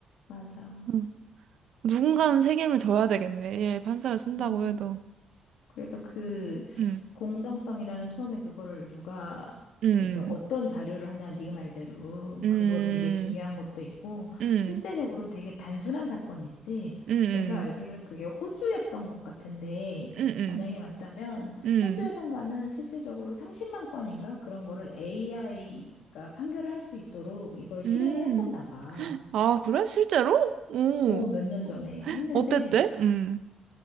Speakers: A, on the left (about 80°); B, on the right (about 70°).
A: 맞아.
B: 응. 누군가는 책임을 져야 되겠네. 예, 판사를 쓴다고
A: 음,
B: 해도.
A: 그래서 그,
B: 음,
A: 공정성이라는 처음에 그거를 누가
B: 음,
A: 그러니까 어떤 자료를 하냐 네가 말대로
B: 음,
A: 그거 되게 중요한 것도 있고
B: 음,
A: 실제적으로 되게 단순한 사건 있지
B: 음,
A: 내가 알기로는 그게 호주였던 것 같은데
B: 음, 음,
A: 만약에 맞다면
B: 음, 음.
A: 호주에선가는 실질적으로 30만 건인가 그런 거를 AI가 판결을 할 수 있도록 이걸 실행을
B: 음.
A: 했었나 봐.
B: 아, 그래? 실제로? 오,
A: 어, 몇 년 전에 했는데
B: 어땠대? 음.